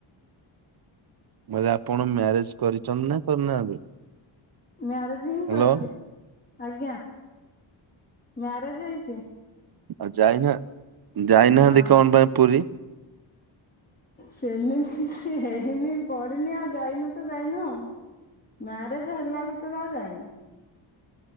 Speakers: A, on the right (about 50°); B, on the left (about 20°).
A: ବେ ଆପଣ ମ୍ୟାରେଜ କରିଛନ୍ତି ନା କରିନାହାନ୍ତି?
B: ମ୍ୟାରେଜ ହିଁ
A: ହ୍ୟାଲୋ
B: କରିଛି ଆଜ୍ଞା। ମ୍ୟାରେଜ ହେଇଛି।
A: ଆଉ ଯାଇନା ଯାଇନାହାନ୍ତି
B: ନା
A: କଣ ପାଇଁ ପୁରୀ?
B: ସେମିତି କିଛି ହେଇନି ପଢି଼ନି ଆଉ ଯାଇନୁ ତ ଯାଇନ ଆଉ। ମ୍ୟାରେଜ ହେଲା ଭିତରେ ଆଉ ଯାଇନି।